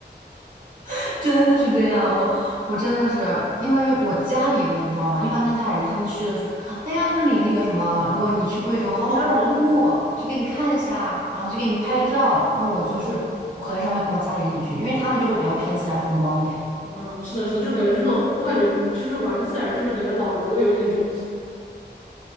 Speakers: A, on the right; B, on the left.
A: <laughs> 真的是这样。我我真的是，因为我家里人你知道吗？一般跟家里人他们去的是，哎呀，这里那个什么，如果你去贵州黄果山瀑布，
B: 我好山好水，
A: 去给你看一下，然后去给你拍个照。
B: 嗯
A: 那我就是我很少会跟我家里人一起去，
B: 嗯。
A: 因为他们就会比较偏自然风光一点。
B: 啊，是的，是的，就感觉就是那种，我感觉就是玩自然，就是感觉老人味有一点重，